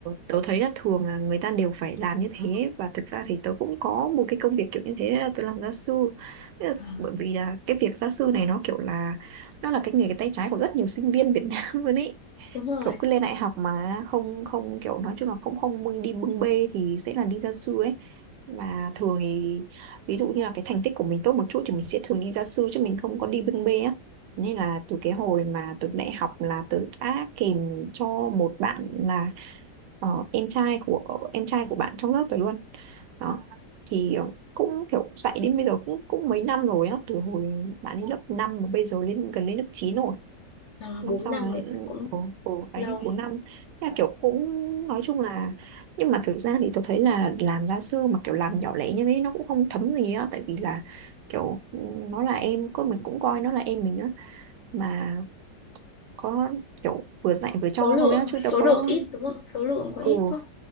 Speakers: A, on the right; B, on the left.
A: tớ thấy là thường là người ta đều phải làm như thế và thực ra thì tớ cũng có một cái công việc kiểu như thế là tớ làm gia sư Thế là,
B: Ờ.
A: bởi vì là cái việc gia sư này nó kiểu là nó là cái nghề tay trái của rất nhiều sinh viên Việt Nam <laughs> luôn ý
B: đúng rồi
A: kiểu cứ lên đại học mà không không kiểu nói chung là không không bưng đi bưng bê thì sẽ là đi gia sư ấy và thường thì ví dụ như là cái thành tích của mình tốt một chút thì mình sẽ thường đi gia sư chứ mình không có đi bưng bê á nên là từ cái hồi mà từ đại học là tớ đã kèm cho một bạn là ờ, em trai của em trai của bạn trong lớp tớ luôn đó thì ờ, cũng kiểu dạy đến bây giờ cũng cũng mấy năm rồi á từ hồi bạn ấy lớp 5 mà bây giờ lên gần lên lớp 9 rồi
B: à,
A: năm
B: 4
A: sau
B: năm
A: là
B: rồi cũng
A: ồ ồ đấy
B: lâu
A: bốn năm Thế là kiểu cũng nói chung là nhưng mà thực ra thì tôi thấy là làm gia sư mà kiểu làm nhỏ lẻ như thế nó cũng không thấm gì á tại vì là kiểu ừ, nó là em có mình cũng coi nó là em mình á mà có kiểu vừa dạy vừa cho
B: số lượng
A: thôi á chứ
B: số
A: đâu có
B: lượng ít đúng không số lượng quá
A: ừ
B: ít đúng không